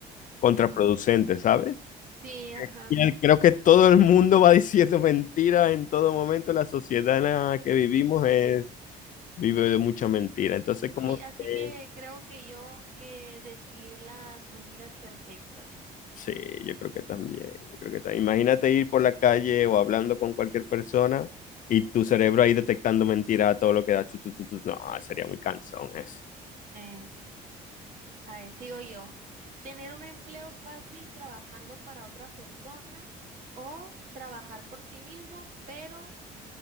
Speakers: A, on the left; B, on the right.
A: contraproducente,
B: <laughs>
A: ¿sabes?
B: sí, ajá.
A: Bien, Creo que todo el mundo va diciendo mentiras en todo momento. La sociedad en la que vivimos es, vive de mucha mentira. Entonces, como
B: Sí, así
A: que,
B: que creo que yo que decir las mentiras perfectas.
A: sí, yo creo que también, yo creo que también. Imagínate ir por la calle o hablando con cualquier persona y tu cerebro ahí detectando mentiras a todo lo que da. chu, chu, chu, chu. No, sería muy cansón eso.
B: Eh, a ver, sigo yo. Tener un empleo fácil trabajando para otra persona o trabajar por ti mismo, pero,